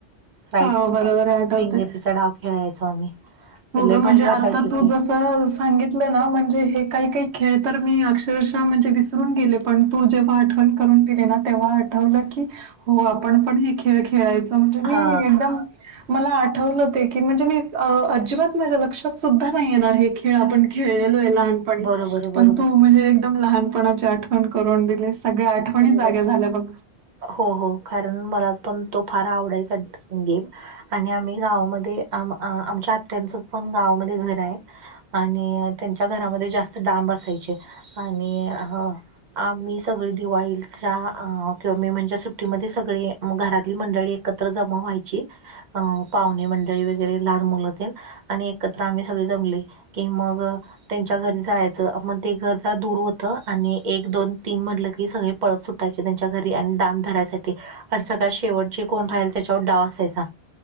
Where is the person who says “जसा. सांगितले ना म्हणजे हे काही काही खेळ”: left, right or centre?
Right